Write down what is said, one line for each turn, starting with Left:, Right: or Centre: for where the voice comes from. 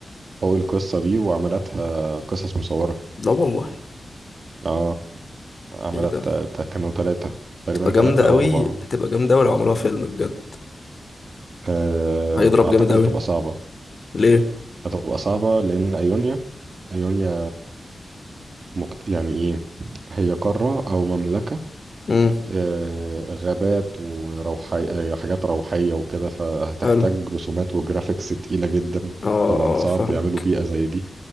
Right: حقوق القصة دي وعملتها قصص مصورة
Left: لا والله
Right: اه عملت
Left: ايه ده
Right: تا- كانوا ثلاثة تقريبا
Left: تبقى جامدة
Right: ثلاثة أو
Left: أوي
Right: أربعة
Left: تبقى جامدة أوي لو عملوها فيلم بجد
Right: آه،
Left: هيضرب
Right: أعتقد
Left: جامد أوي
Right: هتبقى صعبة
Left: ليه؟
Right: هتبقى صعبة لأن أيونيا أيونيا مكت... يعني إيه هي قارة أو مملكة
Left: امم
Right: آه، غابات وروحي آه، حاجات روحية وكده فهتحتاج
Left: حلو
Right: رسومات وجرافيكس تقيلة جدا
Left: اه
Right: طبعا
Left: اه
Right: صعب
Left: فاهمك
Right: يعملوا بيئة زي دي